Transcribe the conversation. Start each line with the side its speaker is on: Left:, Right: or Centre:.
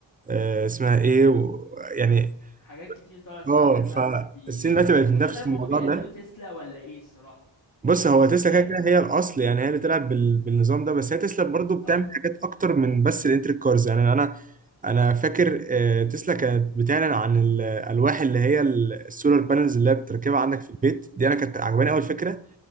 Right: آه، اسمها ايه و... يعني
Left: حاجات كتير طلعت في
Right: اه
Left: المجال فعلًا
Right: فالصين
Left: بي
Right: دلوقتي بقت بتنافس
Left: بس مش عارف
Right: في الموضوع
Left: هُم بيقلدوا
Right: ده
Left: تسلا والّا إيه الصراحة.
Right: بص هو
Left: انا
Right: تسلا
Left: مش عارف
Right: كده كده
Left: بقى
Right: هي الاصل يعني هي اللي بتلعب بال... بالنظام ده بس هي تسلا برضو بتعمل
Left: اه
Right: حاجات اكتر من بس الانتريك كارز يعني انا انا فاكر آه، تسلا كانت بتعلن عن الالواح اللي هي ال- السولار بانلز اللي هي بتركبها عندك في البيت دي انا كانت عجباني اول فكره